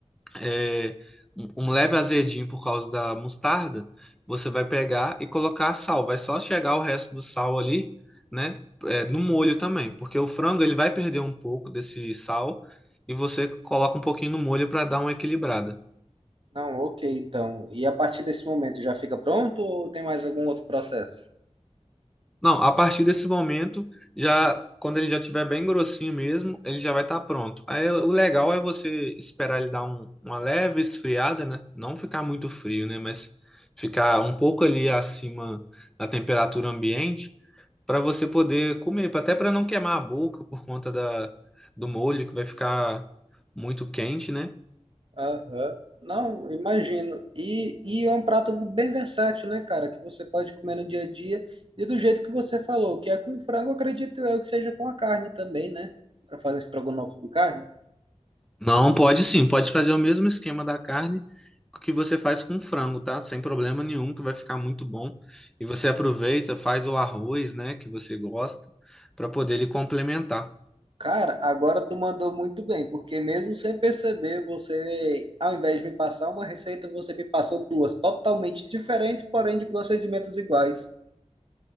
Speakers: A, in the centre; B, on the right.
A: é, um um leve azedinho por causa da mostarda. Você vai pegar e colocar sal. Vai só chegar o resto do sal ali, né? é, no molho também, porque o frango ele vai perder um pouco desse sal e você coloca um pouquinho no molho para dar uma equilibrada.
B: Não, ok, então. E a partir desse momento já fica pronto ou tem mais algum outro processo?
A: Não, a partir desse momento, já quando ele já tiver bem grossinho mesmo, ele já vai estar pronto. Aí o legal é você esperar ele dar um- uma leve esfriada, né? Não ficar muito frio, né? Mas ficar um pouco ali acima da temperatura ambiente para você poder comer, até para não queimar a boca por conta da, do molho que vai ficar muito quente, né?
B: Aham. Não, imagino. E, e é um prato bem versátil, né, cara? Que você pode comer no dia a dia. E do jeito que você falou, que é com frango, acredito eu que seja com a carne também, né? para fazer estrogonofe de carne.
A: Não, pode sim, pode fazer o mesmo esquema da carne que você faz com frango, tá? Sem problema nenhum, que vai ficar muito bom. E você aproveita, faz o arroz, né, que você gosta, para poder ele complementar.
B: Cara, agora tu mandou muito bem, porque mesmo sem perceber, você, ao invés de me passar uma receita, você me passou duas totalmente diferentes, porém de procedimentos iguais.